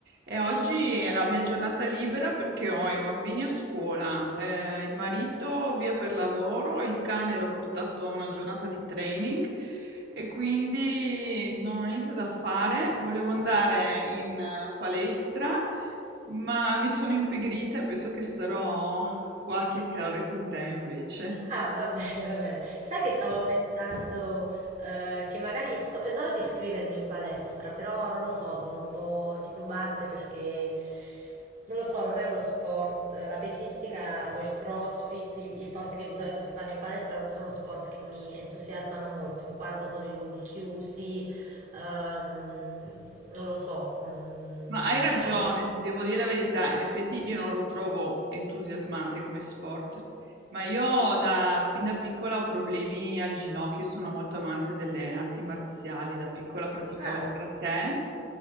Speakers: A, on the right; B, on the right.
A: E oggi è la mia giornata libera perché ho i bambini a scuola, eh, il marito via per lavoro, il cane l'ho portato a una giornata di training e quindi non ho niente da fare. Volevo andare in eh, palestra, ma mi sono impigrita e penso che starò qua a chiacchierare con te invece.
B: Ah, va bene, va bene. Sai che stavo pensando eh, che magari sto pensando di iscrivermi in palestra, però non lo so, sono un po' titubante perché non lo so, non è uno sport. La pesistica o il CrossFit, i- gli sport che di solito si fanno in palestra non sono sport che mi entusiasmano molto, in quanto sono in luoghi chiusi, ehm, non lo so. mm,
A: Ma hai ragione,
B: hai-
A: ti devo dire la verità, in effetti io non lo trovo entusiasmante come sport, ma io da- fin da piccola ho problemi al ginocchio, sono molto amante delle arti marziali, da piccola praticavo
B: Ah,
A: il karate,